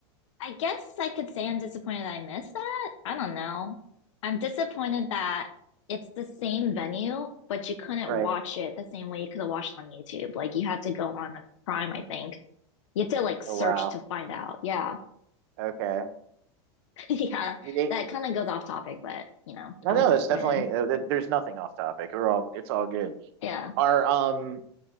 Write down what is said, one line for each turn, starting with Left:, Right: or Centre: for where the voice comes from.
Left: I guess I could say I'm disappointed that I missed that. I don't know. I'm disappointed that it's the same venue, but you couldn't
Right: Right.
Left: watch it the same way you could have watched it on YouTube. Like you had to go on the Prime, I think. You had to like search
Right: Oh, wow.
Left: to find out. Yeah.
Right: Okay.
Left: <laughs> Yeah.
Right: You think-
Left: That kind of goes off topic, but you know,
Right: I
Left: I was
Right: don't know.
Left: disappointed.
Right: It's definitely, uh, there- there's nothing off topic. We're all, it's all good.
Left: Yeah.
Right: Are, um,